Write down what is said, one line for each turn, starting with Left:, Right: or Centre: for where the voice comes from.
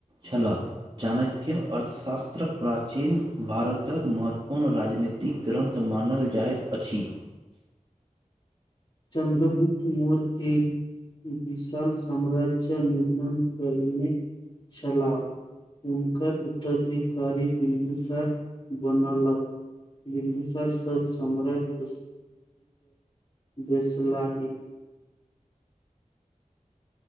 Right: छलाऽ चाणक्य अर्थशास्त्र प्राचीन भारतक महत्वपूर्ण राजनीतिक ग्रन्थमे मानल जाइत अछि
Left: चन्द्रभुप्त म एक विशाल साम्राज्य निर्माण करने चलाउ उनकर उत्तराधिकारी बिन्दुसार बनला बिन्दुसार सब सम्राट भसलाही